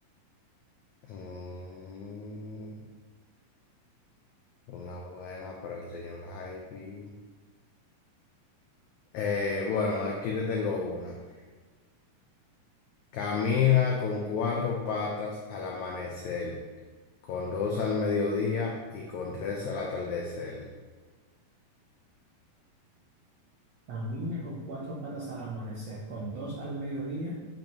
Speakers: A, on the left; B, on the right.
A: Mm, una buena para el señor Javi. Eh, bueno, aquí te tengo una. Camina con cuatro patas al amanecer, con dos al mediodía y con tres al atardecer.
B: Camina con cuatro patas al amanecer, con dos al mediodía